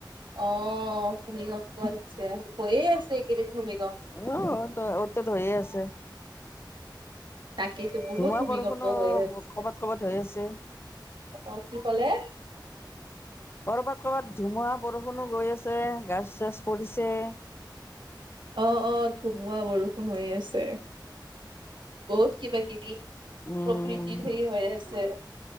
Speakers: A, on the right; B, on the left.
A: অ', ভূমিকম্প আহিছে হৈয়ে আছে এইকেইদিন ভূমি,
B: অহ ', ত ', অত- টত হৈয়ে আছে।
A: তাকেইতো বহুত
B: ধোমা
A: ভূমিকম্প
B: বৰষুণো
A: হৈ আছে।
B: কবাত- কবাত হৈ আছে।
A: অ', কি ক'লে?
B: কৰবাত -কৰবাত ধুমুহা বৰষুণো গৈ আছে, গাছ-চাচ পৰিছে।
A: অহ ',- অহ ', থো, <unintelligible> হৈ আছে বহুত কিবা- কিবি। দিং,
B: উম
A: প্ৰকৃতিৰ সেই হৈ আছে।